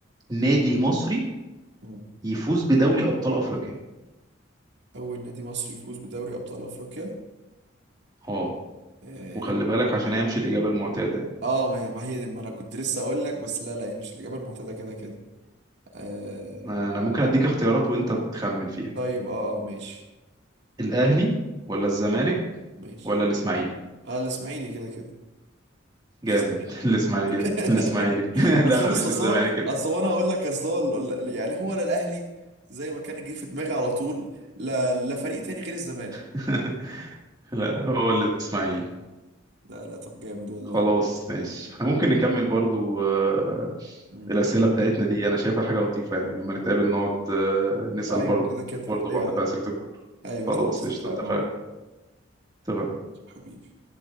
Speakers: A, on the right; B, on the right.
A: نادي
B: م-
A: مصري
B: م.
A: يفوز بدوري ابطال افريقيا
B: أول نادي مصري يفوز بدوري أبطال أفريقيا
A: اه
B: آه
A: وخلي بالك عشان هيمشي الاجابه المعتاده يعني
B: آه، ما هي ما هي دي ما أنا كنت لسه أقول لك بس لا لا هي مش الإجابة المعتادة كده كده آه
A: انا ممكن اديك اختيارات وانت تخمن فيها
B: طيب آه ماشي
A: الاهلي ولا الزمالك
B: ماشي ماشي
A: ولا الاسماعيلي
B: آه الإسماعيلي كده كده مش
A: جامد
B: الزمالك
A: <laughs> الاسماعيلي
B: <laughs>
A: الاسماعيلي <laughs>
B: أصل
A: لا
B: بص
A: مش
B: أصل
A: الزمالك
B: هو
A: كده
B: أصل هو أنا هقول لك أصل هو ال- ال- يعني هو لا الأهلي زي ما كان جه في دماغي على طول لا لا فريق تاني غير الزمالك
A: <laughs> لا هو الاسماعيلي
B: لا لا طب جامد والله
A: خلاص ماشي احنا ممكن نكمل برضو آه،
B: مم.
A: الاسئله بتاعتنا دي انا شايفها حاجه لطيفه يعني لما نتقابل نقعد آه، نسال
B: أيوه
A: برضو
B: كده كده
A: برضو
B: أيوه
A: بعض في اسئله الكوره
B: أيوه
A: خلاص
B: خلاص
A: قشطه
B: اتفقنا
A: اتفقنا
B: والله
A: اتفقنا
B: حبيبي